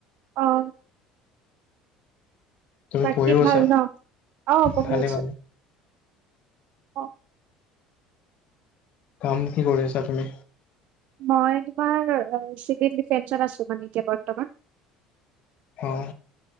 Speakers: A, on the right; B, on the left.
A: অ'।
B: তুমি
A: বাকী
B: পঢ়িও
A: ভাল
B: আছা
A: ন' অ', বহি
B: ভালে
A: আছোঁ।
B: ভালে।
A: অ'।
B: কাম কি কৰি আছা তুমি?
A: মই তোমাৰ চিভিল ডিফেন্সত আছোঁ মানে এতিয়া বৰ্তমান।
B: অহ।